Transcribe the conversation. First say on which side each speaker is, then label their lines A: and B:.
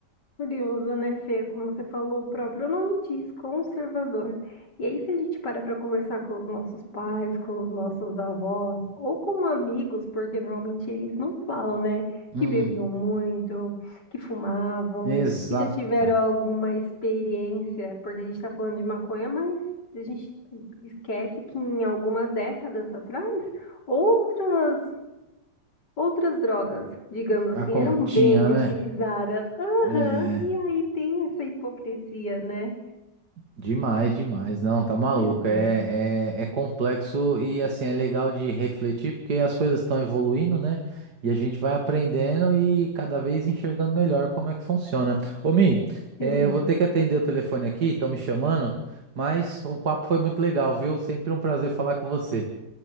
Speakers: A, on the left (about 65°); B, on the right (about 60°).
A: Curioso, né, Fê? Como você falou, o próprio nome diz, conservador. E aí, se a gente para para conversar com os nossos pais, com os nossos avós, ou com amigos, porque normalmente eles não falam, né,
B: Hum,
A: que bebiam muito, que fumavam,
B: exata.
A: que já tiveram alguma experiência, porque a gente está falando de maconha, mas a gente esquece que em algumas décadas atrás, outras Outras drogas, digamos assim,
B: A continha,
A: eram bem utilizadas.
B: né?
A: Aham,
B: É.
A: e aí tem essa hipocrisia, né?
B: Demais, demais. Não, tá maluco.
A: Pois é,
B: É, é, é complexo e assim é legal de refletir porque as coisas estão evoluindo, né? E a gente vai aprendendo e cada vez enxergando melhor como é que funciona. Ô, Mi,
A: sim.
B: é, eu vou ter que atender o telefone aqui, estão me chamando, mas o papo foi muito legal, viu? Sempre um prazer falar com você.